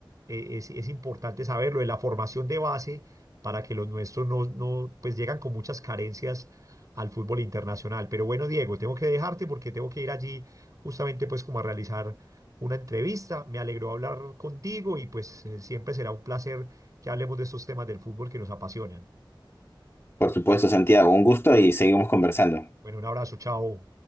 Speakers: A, on the right; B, on the left.
A: eh, es, es importante saberlo, de la formación de base para que los nuestros no, no, pues llegan con muchas carencias al fútbol internacional. Pero bueno, Diego, tengo que dejarte porque tengo que ir allí justamente pues como a realizar una entrevista. Me alegró hablar contigo y pues eh, siempre será un placer que hablemos de estos temas del fútbol que nos apasionan.
B: Por supuesto, Santiago, un gusto y seguimos conversando.
A: Bueno, un abrazo, chao.